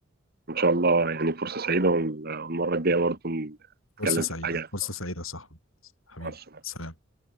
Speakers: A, on the right; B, on the left.
A: إن شاء الله يعني فرصة سعيدة والمرة الجاية برضه نتكلم
B: فرصة سعيدة
A: في حاجة
B: فرصة سعيدة يا صاحبي حبيبي
A: مع السلامة
B: سلام